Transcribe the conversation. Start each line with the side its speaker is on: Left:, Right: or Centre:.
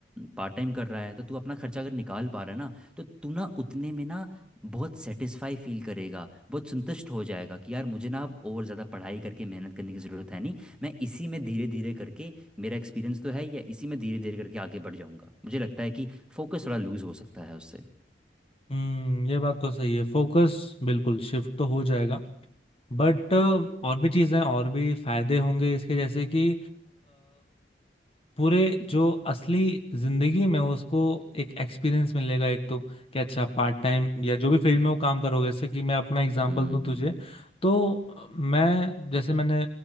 Centre: पार्ट टाइम कर रहा है तो तू अपना खर्चा अगर निकाल पा रहा है ना तो तू ना उतने में ना बहुत सेटिस्फाई फील करेगा बहुत संतुष्ट हो जाएगा कि यार मुझे ना अब और ज़्यादा पढ़ाई करके मेहनत करने की ज़रूरत है नहीं मैं इसी में धीरे धीरे करके मेरा एक्सपीरियंस तो है या इसी में धीरे धीरे करके आगे बढ़ जाऊंगा मुझे लगता है कि फोकस थोड़ा लूज हो सकता है उससे।
Left: हम्म ये बात तो सही है फोकस बिल्कुल शिफ्ट तो हो जाएगा बट और भी चीजें और भी फायदे होंगे इसके जैसे कि पूरे जो असली जिंदगी में उसको एक एक्सपीरियंस मिलेगा एक तो कि अच्छा पार्ट टाइम या जो भी फील्ड में वो काम करोगे जैसे कि मैं अपना
Centre: 嗯嗯嗯嗯嗯嗯嗯嗯。
Left: एग्जांपल दूं तुझे तो मैं जैसे मैंने